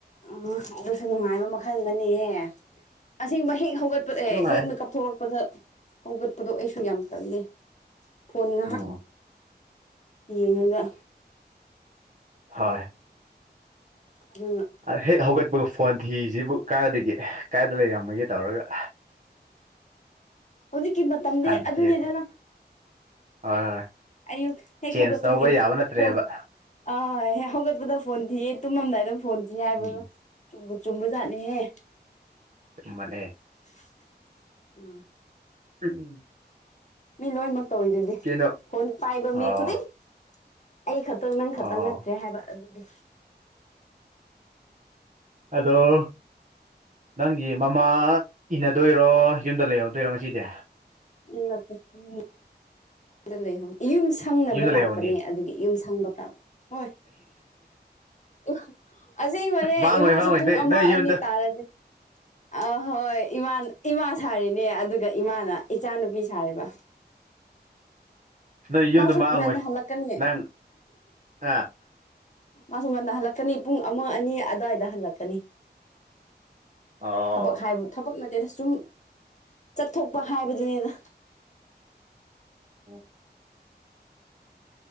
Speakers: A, on the left; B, on the right.
A: ꯎꯝ ꯑꯗꯨꯁꯨ ꯅꯨꯡꯉꯥꯏꯕ ꯃꯈꯜ ꯑꯃꯅꯤꯍꯦ ꯑꯁꯦꯡꯕ ꯍꯦꯛ ꯍꯧꯒꯠ <unintelligible>
B: ꯅꯨꯡꯉꯥꯏ
A: ꯍꯦꯛ ꯃꯤꯀꯞ ꯊꯣꯔꯛꯄꯗ ꯍꯧꯒꯠꯄꯗꯣ ꯑꯩꯁꯨ ꯌꯥꯝ ꯇꯜꯂꯦ ꯐꯣꯟ ꯉꯥꯍꯥꯛ
B: ꯎꯝ
A: ꯌꯦꯡꯉꯒ
B: ꯍꯣꯏ
A: ꯑꯗꯨꯅ
B: ꯑꯗ ꯍꯦꯛ ꯍꯧꯒꯠꯄꯒ ꯐꯣꯟ ꯊꯤꯖꯤꯕꯨ ꯀꯥꯏꯗꯒꯤ ꯀꯥꯏꯗ ꯂꯩꯔꯝꯃꯒꯦ ꯇꯧꯔꯒ
A: ꯍꯨꯖꯤꯛꯀꯤ ꯃꯇꯝꯗꯤ
B: ꯍꯥꯟꯅ ꯊꯤꯔꯦ
A: ꯑꯗꯨꯅꯤꯗꯅ
B: ꯍꯣꯏ ꯍꯣꯏ
A: ꯑꯌꯨꯛ ꯍꯦꯛ
B: ꯆꯦꯟꯖ
A: ꯍꯧꯒꯠꯄꯗꯒꯤ
B: ꯇꯧꯕ ꯌꯥꯕ ꯅꯠꯇ꯭ꯔꯦꯕ
A: ꯐꯣꯟ ꯑ ꯍꯦꯛ ꯍꯧꯒꯠꯄꯗ ꯐꯣꯟ ꯊꯤꯌꯦ ꯇꯨꯃꯝꯗꯥꯏꯗ ꯐꯣꯟ ꯊꯤꯌꯦ ꯍꯥꯏꯕꯗꯣ
B: ꯎꯝ
A: ꯆꯨꯝꯕꯨ ꯆꯨꯝꯕꯖꯥꯠꯅꯤꯍꯦ
B: ꯑꯆꯨꯝꯕꯅꯦ
A: <unintelligible> ꯑꯪ
B: <unintelligible>
A: ꯃꯤ ꯂꯣꯢꯅꯃꯛ ꯇꯧꯋꯤꯗꯨꯗꯤ
B: ꯀꯩꯅꯣ
A: ꯐꯣꯟ ꯄꯥꯢꯕ ꯃꯤ
B: ꯑꯣ
A: ꯈꯨꯗꯤꯡ ꯑꯩ ꯈꯛꯇꯪ ꯅꯪ
B: ꯑꯣ
A: ꯈꯛꯇꯪ ꯅꯠꯇ꯭ꯔꯦ ꯍꯥꯢꯕ ꯑꯗꯨꯗꯤ
B: ꯍꯜꯂꯣ ꯅꯪꯒꯤ ꯃꯃꯥ ꯏꯟꯅꯗꯣꯢꯔꯣ ꯌꯨꯝꯗ ꯂꯩꯍꯧꯗꯣꯢꯔꯣ ꯉꯁꯤꯗꯤ
A: ꯎꯝ ꯅꯠꯇꯦ <unintelligible> <unintelligible> ꯌꯨꯝꯁꯦ ꯈꯪꯅꯕ
B: ꯌꯨꯝꯗ
A: ꯂꯥꯛꯄꯅꯦ
B: ꯂꯩꯍꯧꯅꯤ
A: ꯑꯗꯨꯒꯤ ꯌꯨꯝ ꯁꯪꯕ ꯇꯥꯕ ꯍꯣꯢ ꯏꯃꯥ ꯑꯁꯦꯡꯕꯅꯦ
B: ꯃꯥꯡꯉꯣꯏ
A: ꯏꯃꯥꯁꯨ
B: ꯃꯥꯡꯉꯣꯏ
A: ꯄꯨꯡ
B: ꯅꯣꯏ
A: ꯑꯃ
B: ꯅꯣꯏ ꯌꯨꯝꯗ
A: ꯑꯅꯤ ꯇꯥꯔꯅꯤ ꯑꯍꯣꯢ ꯏꯃꯥ ꯏꯃꯥ ꯁꯥꯔꯤꯅꯦ ꯑꯗꯨꯒ ꯏꯃꯥꯅ ꯏꯆꯥꯅꯨꯄꯤ ꯁꯥꯔꯤꯕ
B: ꯅꯣꯢ ꯌꯨꯝꯗꯣ
A: ꯃꯥꯁꯨ
B: ꯃꯥꯡꯉꯣꯢ
A: ꯉꯟꯅ ꯍꯜꯂꯛꯀꯅꯤ
B: ꯅꯪ ꯑꯥ
A: ꯃꯥꯁꯨ ꯉꯟꯅ ꯍꯜꯂꯛꯀꯅꯤ ꯄꯨꯡ ꯑꯃ ꯑꯅꯤ ꯑꯗꯥꯢꯗ ꯍꯜꯂꯛꯀꯅꯤ
B: ꯑꯣ
A: ꯊꯕꯛ ꯍꯥꯢꯕꯨ ꯊꯕꯛ ꯅꯠꯇꯦꯗ ꯁꯨꯝ ꯆꯠꯊꯣꯛꯄ ꯍꯥꯢꯕꯗꯨꯅꯤꯗ
B: ꯎꯝ